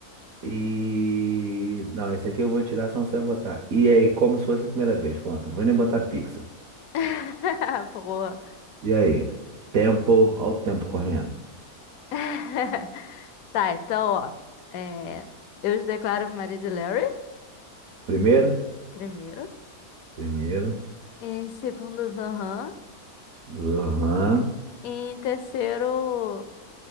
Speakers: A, on the right; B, on the left.
A: e... Não, esse aqui eu vou tirar, senão você vai botar. E aí, como se fosse a primeira vez, pronto. Não vou nem botar pixel.
B: <laughs> Porra.
A: E aí? Tempo, olha o tempo correndo.
B: <laughs> Tá, então, ó. É... Eu os declaro meu marido Larry,
A: Primeiro?
B: primeiro.
A: Primeiro.
B: Em segundo, Zohan.
A: Zohan.
B: E em terceiro,